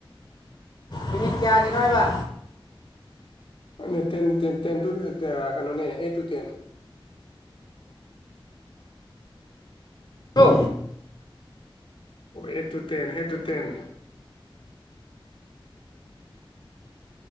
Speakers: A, on the left (about 50°); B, on the left (about 75°).
A: ꯃꯤꯅꯤꯠ ꯀ꯭ꯌꯥꯒꯤꯅꯣ ꯍꯥꯏꯕ
B: ꯑꯩꯒꯤ ꯇꯦꯟ ꯇꯦꯟ ꯇꯦꯟ ꯇꯨ ꯇꯥ ꯀꯩꯅꯣꯅꯦ ꯑꯦꯠ ꯇꯨ ꯇꯦꯟ
A: ꯂꯣ
B: ꯑꯣ eight two ten eight two ten